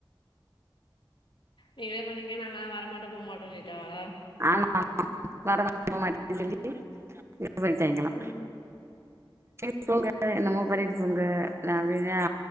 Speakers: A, on the left; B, on the right.
A: நீங்களே பண்ணிக்குங்க நாங்களா வரமாட்டோ போ மாட்டோனு சொல்லிட்டாவளா
B: ஆமா ஆமா வர மாட் <inaudible> போ மாட்டோன்னு சொல்லி வேவல் தேய்ங்கலா
A: ம்
B: சேரி போங்கத்த என்னமோ பண்ணிட்டு போங்க நா அப்டிதா